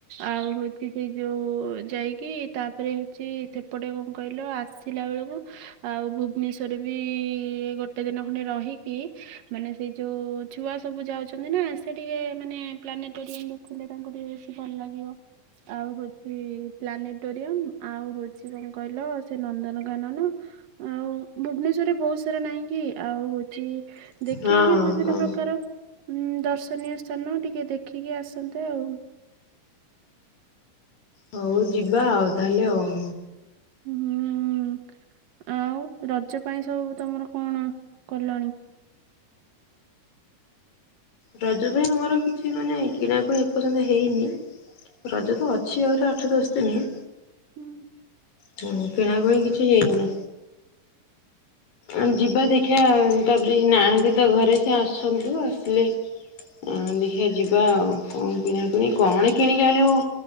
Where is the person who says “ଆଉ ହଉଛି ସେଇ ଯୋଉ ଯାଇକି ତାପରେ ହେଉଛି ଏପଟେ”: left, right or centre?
Right